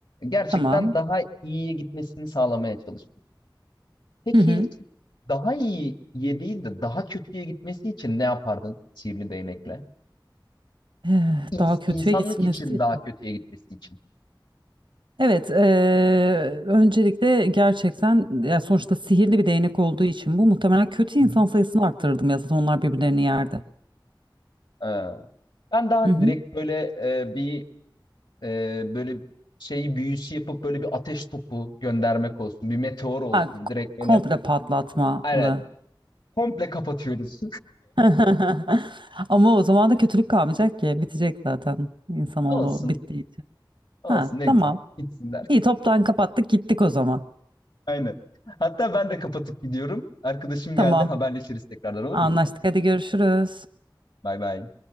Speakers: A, on the left; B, on the right.
A: Gerçekten
B: tamam.
A: daha iyiye gitmesini sağlamaya çalıştık. Peki
B: Hı hı.
A: daha iyiye değil de daha kötüye gitmesi için ne yapardın sihirli değnekle?
B: Eh,
A: İns-
B: Daha kötüye
A: insanlık
B: gitmesi
A: için
B: için.
A: daha kötüye gitmesi için.
B: Evet, e, öncelikle gerçekten ya sonuçta sihirli bir değnek olduğu için bu muhtemelen kötü insan
A: Hı hı.
B: sayısını arttırırdım ya zaten onlar birbirlerini yerdi.
A: Ee, ben daha
B: Hı hı.
A: direkt böyle e, bir e, böyle şeyi büyüsü yapıp böyle bir ateş topu göndermek olsun, bir meteor olsun.
B: Ha, k-
A: Direkt böyle
B: komple patlatmalı.
A: aynen komple kapatıyoruz.
B: <laughs> Ama o zaman da kötülük kalmayacak ki. Bitecek zaten insanoğlu
A: <laughs> Olsun,
B: bittiği için.
A: olsun
B: Ha,
A: ne
B: tamam.
A: güzel. Gitsinler.
B: İyi toptan kapattık gittik o zaman.
A: Aynen. Hatta ben de kapatıp gidiyorum. Arkadaşım
B: Tamam.
A: geldi. Haberleşiriz tekrardan olur
B: Anlaştık.
A: mu?
B: Hadi görüşürüz.
A: Bay bay.